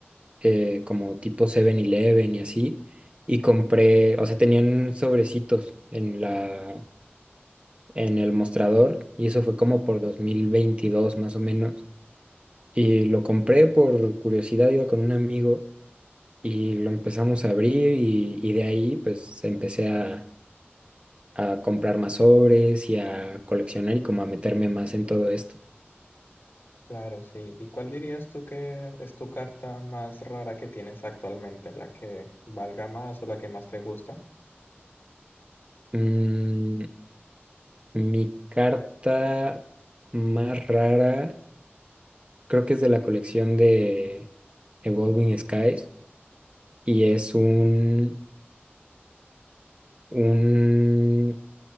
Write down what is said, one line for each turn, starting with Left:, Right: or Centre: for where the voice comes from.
Right: eh, como tipo Seven eleven y así. Y compré, o sea, tenían sobrecitos en la, en el mostrador y eso fue como por 2022 más o menos. Y lo compré por curiosidad, iba con un amigo y lo empezamos a abrir y, y de ahí pues empecé a a comprar más sobres y a coleccionar y como a meterme más en todo esto.
Left: Claro, sí. ¿Y cuál dirías tú que es tu carta más rara que tienes actualmente? ¿La que valga más o la que más te gusta?
Right: Mm, mi carta más rara creo que es de la colección de Evolving Skies y es un, un